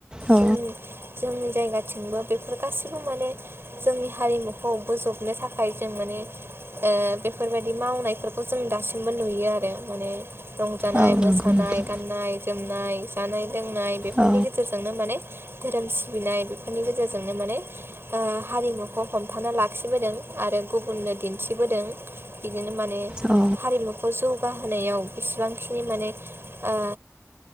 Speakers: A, on the right; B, on the right.
A: औ
B: जोंनि जोंनि जायगाथिंबो बेफोर गासैबो माने जोंनि हारिमुखौ बोजबनो थाखाय जों माने ओ बेफोरबायदि मावनायफोरखौ जों दासिमबो नुयो आरो माने रंजानाय
A: औ
B: मोसानाय
A: नंगौ नोंथां
B: गाननाय जोमनाय जानाय लोंनाय बेफोरनि
A: औ
B: गेजेरजोंनो माने धोरोम सिबिनाय बेफोरनि गेजेरजोंनो माने ओ हारिमुखौ हमथाना लाखिबोदों आरो गुबुननो दिन्थिबोदों बिदिनो माने
A: औ
B: हारिमुखौ जौगाहोनायाव बिसेबांखिनि माने ओ